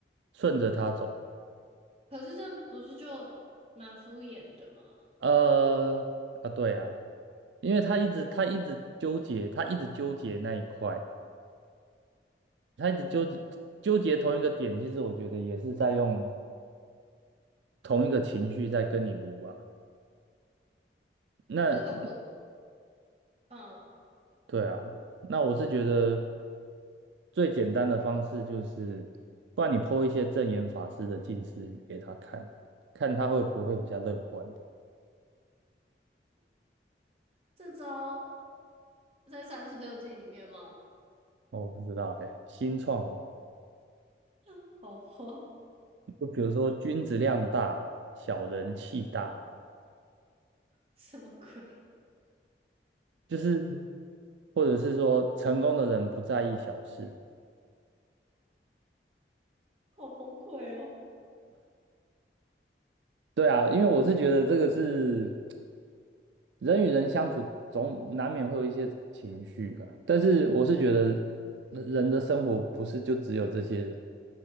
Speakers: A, on the right; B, on the right.
A: 顺着他走。
B: 可是这不是就蛮敷衍的吗？
A: 呃啊，对啊，因为他一直他一直纠结，他一直纠结那一块，他一直纠结纠结同一个点，其实我觉得也是在用同一个情绪在跟你撸啊。那
B: 这个不，嗯，
A: 对啊，那我是觉得最简单的方式就是，不然你 p 一些正言法师的近似语给他看，看他会不会比较乐观。
B: 这招在三十六计里面吗？
A: 哦我不知道哎，新创的
B: <laughs> 好吧，<laughs>
A: 就比如说君子量大，小人气大，
B: 什么鬼？
A: 就是或者是说成功的人不在意小事。
B: 好崩溃哦！
A: 对啊，因为我是觉得这个是人与人相处总难免会有一些情绪吧，但是我是觉得人的生活不是就只有这些